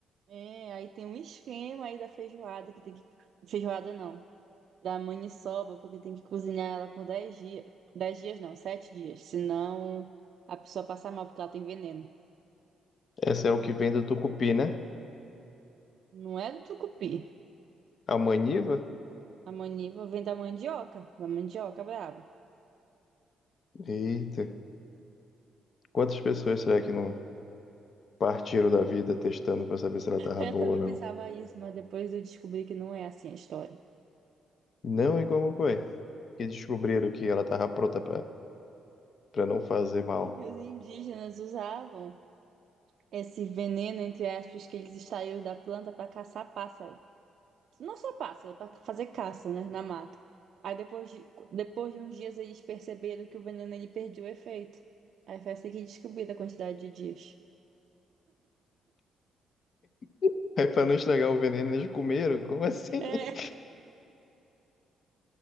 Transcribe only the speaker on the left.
Essa é o que vem do Tucupi, né?
A maniva?
Eita. Quantas pessoas será que não partiram da vida testando pra saber se ela tava
boa
ou não?
Não, e como foi? Que descobriram que ela tava pronta pra, pra não fazer mal.
<laughs> Aí pra não estragar o veneno, eles comeram? Como assim?
<laughs>